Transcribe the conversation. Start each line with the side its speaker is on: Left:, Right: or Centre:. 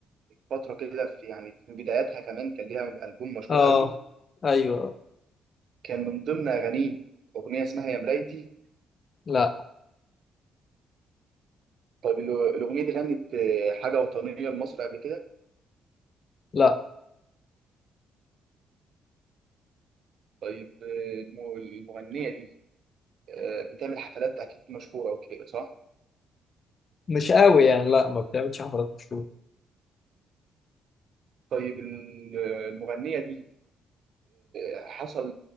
Right: فتره كده في يعني في بداياتها كمان كان ليها البوم مشهور
Left: اه
Right: قوي
Left: ايوه
Right: كان من ضمن اغانيه اغنيه اسمها يا مرايتي
Left: لا
Right: طيب الأ- الاغنيه دي غنت آه، حاجه وطنيه لمصر قبل كده
Left: لا
Right: طيب آه، الم- المغنيه دي آه، بتعمل حفلات اكيد مشهوره وكده صح
Left: مش قوي يعني لا ما بتعملش حفلات مشهورة
Right: طيب ال- المغنيه دي آه، حصل